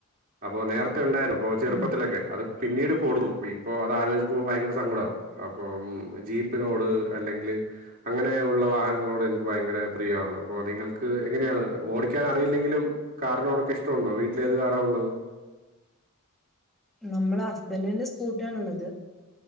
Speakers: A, on the right; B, in the centre.
A: അപ്പൊ നേരത്തെ ഉണ്ടായിരുന്നു. അപ്പൊ, ചെറുപ്പത്തിലൊക്കെ
B: ഉം
A: അത് പിന്നീട് കൊടുത്തു. ഇപ്പൊ അത് ആലോചിക്കുമ്പോ ഭയങ്കര സങ്കട. അപ്പം ജീപ്പിനോട് അല്ലെങ്കില്. അങ്ങനെ ഉള്ള വാഹനങ്ങളോട് എനിക്ക് ഭയങ്കര പ്രിയണ്. അപ്പൊ നിങ്ങൾക്ക് എങ്ങനെയാണ് ഓടിക്കാൻ അറിയില്ലെങ്കിലും. കാറിനോടൊക്കെ ഇഷ്ടുണ്ടോ വീട്ടില് ഏത് കാറാ ഉള്ളത്?
B: നമ്മള് ഹസ്ബൻറിന്റെ സ്കൂട്ടിയയാണ്ള്ളത്.